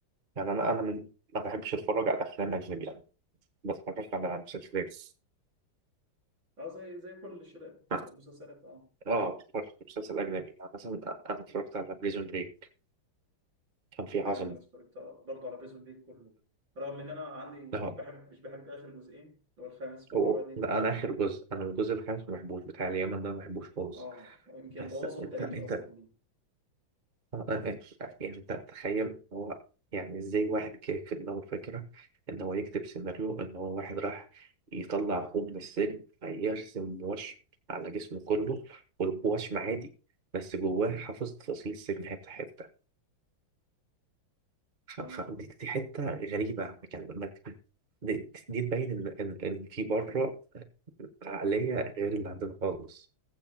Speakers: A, on the right (about 35°); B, on the right (about 65°).
A: يعني انا انا من ما بحبش اتفرج على افلام اجنبي يعني بتفرج على مسلسلات
B: أه زي زي كل الشباب
A: اه
B: مسلسلات أه
A: آه، اتفرجت على مسلسل اجنبي يعني مثلا انا اتفرجت على بريزون بريك كان فيه
B: تمام
A: عظمه
B: انا اتفرجت برضه على بريزون بيك كله رغم ان انا عندي مش
A: اه
B: بحب مش بحب اخر جزئين اللي هو الخامس والرابع
A: هو
B: دي ده
A: لا انا اخر جزء انا الجزء الخامس ما بحبوش بتاع اليمن ده ما بحبوش خالص
B: اه يمكن
A: بس
B: بوظوا
A: انت
B: التاريخ
A: انت
B: اصلا بيه
A: آه، آه، آه، يعني انت تخيل هو يعني ازاي واحد كان في دماغه فكرة ان هو يكتب سيناريو ان هو واحد راح يطلع اخوه من السجن فيرسم وشم على جسمه كله والوشم عادي بس جواه حافظ تفاصيل السجن حتة حتة ف-
B: تمام
A: فدي دي دي حتة غريبة يعني ما ت- دي, دي تبين ان ان إن في بره عقلية غير اللي عندنا خالص